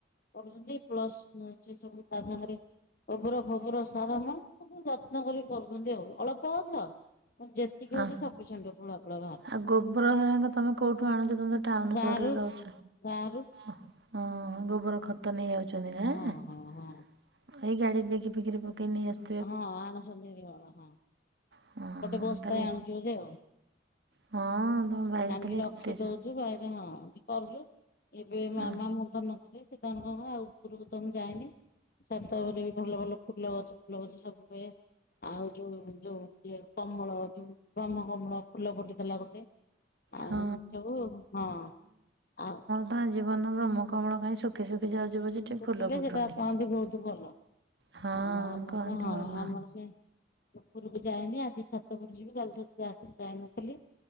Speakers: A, on the left; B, on the right.
A: କରୁଚନ୍ତି ପ୍ଲସ୍ ନେ ସେ ସବୁ ତା ସାଙ୍ଗରେ ଗୋବୁର ଫୋବୁର ସ ସାର ଆମ କିନ୍ତୁ ଯତ୍ନ କରି କରୁଚନ୍ତି ଆଉ ଅଳପ ଗଛ କିନ୍ତୁ ଯେତିକି
B: ହଁ।
A: ହୋଉଚି ସପିସେଣ୍ଟ। ମୂଳ ଫୁଳ ଭା
B: ଆଉ ଗୋବର ହେରାଙ୍କ ତମେ କୋଉଠୁ ଆଣୁଚ ତମେ ତ ଟାଉନ
A: ଗାଁରୁ
B: ସହରରେ ରହୁଚ?
A: ଗାଁରୁ
B: ଅହଁ ଗୋବର ଖତ ନେଇ ଆଉଚନ୍ତି ନାଁ।
A: ହଁ
B: ଆଉ
A: ହଁ ହଁ
B: ଏଇ ଗାଡ଼ି ଡିକି ଫିକିରେ ପକେଇ ନେଇ ଆସ୍
A: ହଁ ଆଣୁଛନ୍ତି <unintelligible> ହଁ।
B: ହଁ
A: ଗୋଟେ ବସ୍ତାଏ
B: ତାହେଲେ
A: ଆଣୁଚନ୍ତି ଆଉ
B: ହଁ ତମ ବାଇରେ
A: ଆଣିକି
B: ତାହେଲେ
A: ରଖିଦୋଉ
B: ଏତେ ସ-
A: ଚୁ ବାଇଗଣ ହଁ ଏମତି କରୁଚୁ ଏବେ ମାମା
B: ହଁ।
A: ମୁଁ ତ ନଥିଲେ ଯେ ତାଙ୍କ ହଁ ଆଉ ଉପରୁକୁ ତ ମୁଁ ଯାଏନି ଛାତ ଉପରେ ବି ଭଲ ଭଲ ଫୁଲ ଗଛ ଫୁଲ ଗଛ ସବୁ ହୁଏ ଆଉ ଯୋଉ ଯୋଉ ଇଏ କମଳ ଯୋଉ ବ୍ରହ୍ମକମଳ ଫୁଲ ଫୁଟିଥିଲା ଗୋଟେ। ଆଉ
B: ହଁ।
A: ସବୁ ହଁ ଆଉ
B: ହଁ ଆଜି ପର୍ଯ୍ୟନ୍ତ ବ୍ରହ୍ମକମଳ କାଇଁ ଶୁଖି ଶୁଖି ଯାଉଚି ପଛେ ଟିକେ
A: ଫୁଟିଲେ
B: ଫୁଲ ଫୁଟୁନି।
A: ସେଟା କହନ୍ତି ବୋହୁତ ଭଲ
B: ହଁ
A: ଆଉ ଆମର
B: କହନ୍ତି
A: ତ ହଁ
B: ଭଲ
A: ଆମର ସେ ଉପୁରୁକୁ ଯାଏନି ଆଜି ଛାତ ଉପୁରୁକୁ ଯିବି ଗଲେତ <unintelligible> ଯାଇନଥିଲି